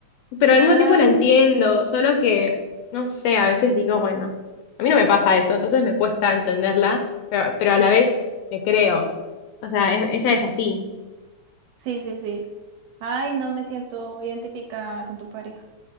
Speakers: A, on the left; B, on the right.
A: Pero al
B: Ah,
A: mismo tiempo la entiendo, solo que, no sé, a veces digo, bueno, a mí no me pasa eso, entonces me cuesta entenderla, pero, pero a
B: ujú.
A: la vez le creo. O sea, e- ella es así.
B: sí, sí, sí. Ay, no me siento identificada con tu pareja.